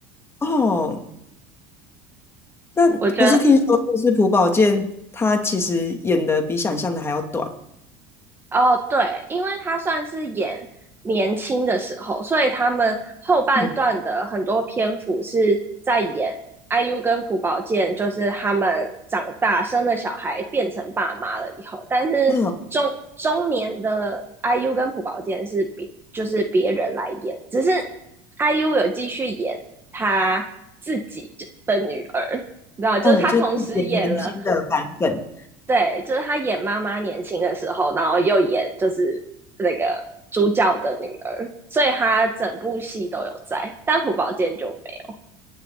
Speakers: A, on the left; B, on the right.
A: 哦，那不是听说就是朴宝剑他其实演的比想象的还要短，
B: 我觉得哦，对，因为他算是演年轻的时候，所以他们后半段的很多篇幅是在演
A: 嗯
B: IU 跟朴宝剑，就是他们长大生了小孩变成爸妈了以后，但是中中年的
A: 嗯
B: IU 跟朴宝剑是别就是别人来演，只是 IU 有继续演他自己的女儿，你知道吗，就是他同时演了
A: 嗯，就是演年轻的版本，
B: 对，就是她演妈妈年轻的时候，然后又演就是那个主角的女儿，所以她整部戏都有在，但朴宝剑就没有。